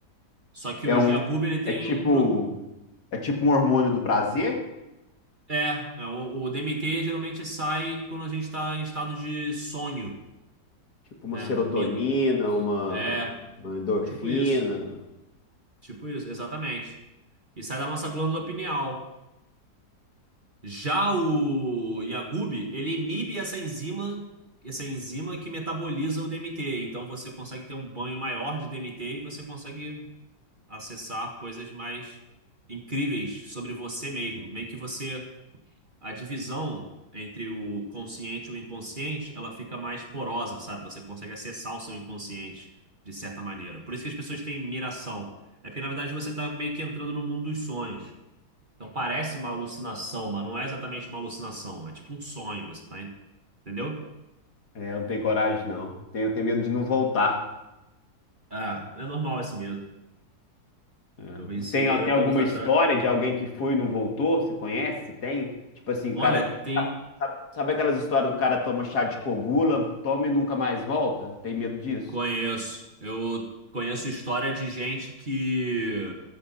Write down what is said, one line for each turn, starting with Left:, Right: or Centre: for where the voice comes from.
Right: Só que
Left: É
Right: o
Left: um,
Right: Yagub ele tem
Left: é tipo,
Right: um pro-
Left: é tipo um hormônio do prazer,
Right: é, é, o, o DMT geralmente sai quando a gente está em estado de sonho,
Left: tipo
Right: né,
Left: uma serotonina,
Right: dormindo.
Left: uma,
Right: É,
Left: uma endorfina.
Right: tipo isso. Tipo isso, exatamente. E sai da nossa glândula pineal. Já o Yagub, ele inibe essa enzima, essa enzima que metaboliza o DMT. Então você consegue ter um banho maior de DMT e você consegue acessar coisas mais incríveis sobre você mesmo. Meio que você, a divisão entre o consciente e o inconsciente, ela fica mais porosa, sabe? Você consegue acessar o seu inconsciente de certa maneira. Por isso que as pessoas têm miração. É porque na verdade você está meio que entrando no mundo dos sonhos. Então parece uma alucinação, mas não é exatamente uma alucinação. É tipo um sonho, você tá, en- entendeu?
Left: É, eu não tenho coragem, não. Tenho, tenho medo de não voltar.
Right: Ah, é normal esse medo.
Left: É.
Right: Eu venci
Left: Tem
Right: ele
Left: até
Right: oito
Left: alguma
Right: anos atrás.
Left: história de alguém que foi e não voltou? Você conhece? Tem? Tipo assim, o
Right: Olha,
Left: cara.
Right: tem.
Left: Sabe, sabe aquelas histórias do cara toma chá de cogula, toma e nunca mais volta? Tem medo disso?
Right: Conheço. Eu conheço história de gente que,